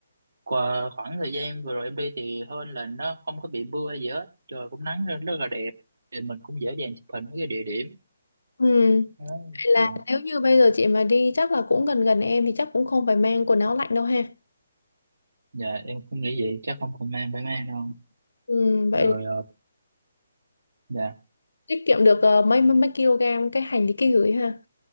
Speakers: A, on the right (about 70°); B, on the left (about 85°).
A: qua khoảng thời gian vừa rồi em đi thì hơn là nó không có bị mưa hay gì hết trời cũng nắng lên rất là đẹp thì mình cũng dễ dàng chụp hình mấy cái địa điểm
B: ừ.
A: đó.
B: Vậy là
A: dạ.
B: nếu như bây giờ chị mà đi chắc là cũng gần gần em thì chắc cũng không phải mang quần áo lạnh đâu ha
A: dạ em cũng nghĩ vậy chắc không còn mang phải mang đâu
B: ừ. vậy
A: rồi ờ, dạ
B: tiết kiệm được ờ, mấy mấy mấy kg cái hành lý ký gửi ha